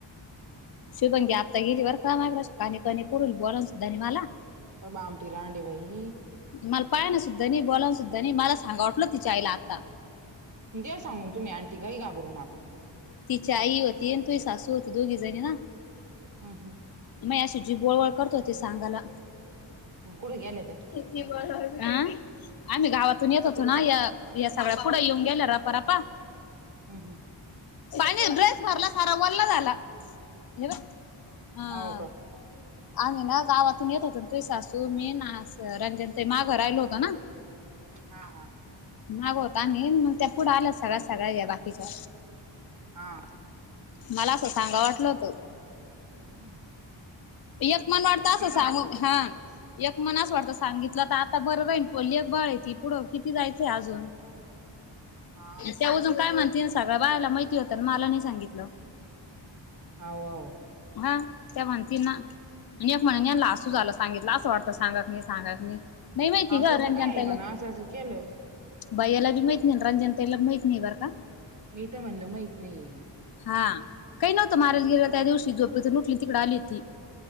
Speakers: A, on the left; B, on the right.
A: शुभांगी आता गेली बर काय <unintelligible> काणी काणी पुर बोलान सुद्धा नाही मला.
B: बामठी रांडय बाई ही.
A: मला पाय ना सुद्धानी. बोलाव सुद्धानी. मला सांगा वाटलं. तिच्या आईला आता.
B: द्या सांगून तुम्ही. आण तीलाही घाबरू नका.
A: तिची आई होती. आणि तू सासू होती. दोघीजणी ना.
B: हम, हं.
A: माजी अशी, जीभ वळवळ करत होती, सांगायला.
B: अन कुठ गेल्या त्या?
A: जीभ वळवळ करत होती. अं. आम्ही गावातून येत होतो
B: कुठे
A: ना.
B: गे
A: या या सगळ्या पुढ येऊन गेल्या, रपारपा.
B: हम्म हम्म
A: पानेत ड्रेस भरला सारा. वल्ला झाला. हे बघ. हा.
B: हाव का
A: आम्ही ना गावातून येत होतो ना, तुही सासू, मी न अस रंग ते माघ राहिलो होते ना.
B: हा हा
A: माग होतो आम्ही. न मग त्या पुढे आल सगळ्या- सगळ्या, या बाकीच्या.
B: हा.
A: मला असं, सांगा वाटलं होतं.
B: हा.
A: यक मन वाटत अस सांगू.
B: घाबरत्या
A: हा. एक मन आस वाटतं, सांगितलं तर आता बरं राहील. प लेक बाळय ती. पुढं किती जायचंय अजून.
B: हा
A: त्या अजून काय म्हणतीन, सगळ्या बायाला माहीती होत न मला नाही सांगितलं.
B: हा आव.
A: हा त्या मनतील ना? आणि एक म्हणे यानला झाला सांगितलं. अस वाटतं, सांगा की नी, सांगा की नी. नाही माहिती
B: आसूचं
A: ग, रांजाणतायला.
B: काय आहे म्हणा असं असं केलं
A: भयालाबी माहत नाही, न रंजनताईला बी माहत नाही, बर का?
B: मी तर म्हणलं, माहीत नाही.
A: हा. काही नव्हतं. माराला गिरीला, त्या दिवशी. झोपेतून उटली न तिकडे आली होती.